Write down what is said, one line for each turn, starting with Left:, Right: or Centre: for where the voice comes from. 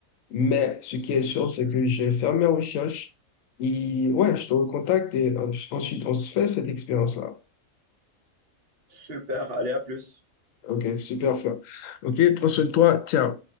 Left: Mais ce qui est sûr, c'est que je vais faire mes recherches. Et ouais, je te recontacte et en- ensuite, on se fait cette expérience-là.
Right: Super. Allez, à plus.
Left: Ok, super, fort. Ok, prends soin de toi. tiens.